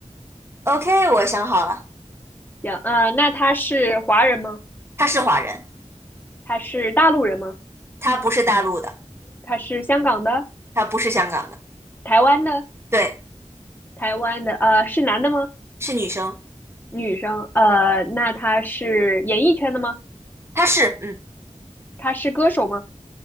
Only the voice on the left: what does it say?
行，呃，那他是华人吗？
他是大陆人吗？
他是香港的、
台湾的、
台湾的，呃，是男的吗？
女生，呃，那他是演艺圈的吗？
他是歌手吗？